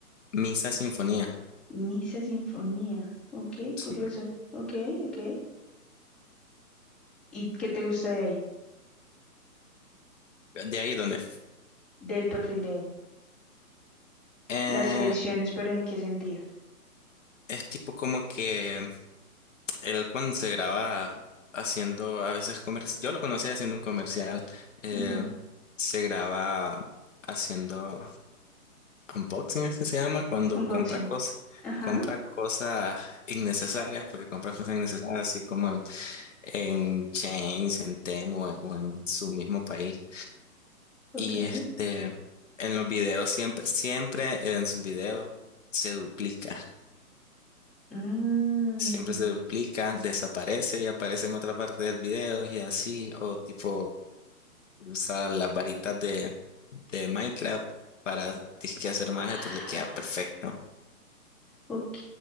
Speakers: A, on the left; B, in the centre.
A: Misa Sinfonía.
B: Misa Sinfonía. Ok,
A: Sí.
B: curioso. Ok, ok. ¿Y qué te gusta de ahí?
A: ¿De ahí dónde?
B: Del perfil de él.
A: Eh,
B: Las ediciones, pero ¿en qué sentido?
A: es tipo como que Él cuando se graba haciendo a veces comercial, yo lo conocía haciendo un comercial, eh,
B: Ujú.
A: se graba haciendo unboxing, es que se llama, cuando
B: Unboxing.
A: compra cosas,
B: Ajá,
A: compra cosas innecesarias, porque compra cosas innecesarias así como en, en Chains, en Temu en- o en su mismo país.
B: ok.
A: Y este, en los videos siempre, siempre en sus videos se duplica.
B: Mm.
A: siempre se duplica, desaparece y aparece en otra parte del video y así, o tipo usar las varitas de, de Minecraft para disque hacer magia,
B: Ah,
A: pues le queda perfecto.
B: ok,